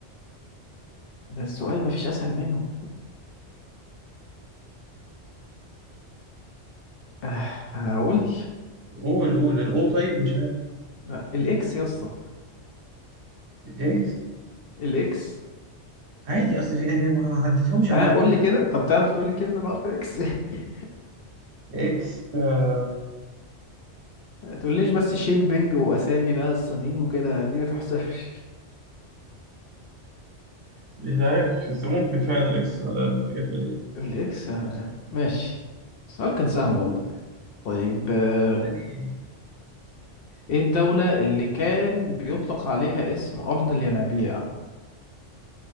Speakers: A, on the left; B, on the right.
A: ده السؤال مفيش اسهل منه آه، هقول
B: قول قول الاو طيب مش عارف
A: لا، الاكس يا اسطى
B: اكس
A: الاكس
B: عادي اصل في انا ما ما عدتهمش او
A: اه
B: مركز
A: قول لي كده طب تعرف تقول لي كلمه بحرف الاكس <laughs>
B: اكس آه
A: ما تقوليش بس شيمبينج واسامي بقى الصينيين وكده دي ما تحسبش
B: مش عارف بس ممكن فعلا الاكس آه، في حاجات قليلة.
A: الاكس آه، ماشي السؤال كان سهل والله طيب آه،
B: تاني
A: ايه الدولة اللي كان بيطلق عليها اسم أرض الينابيع؟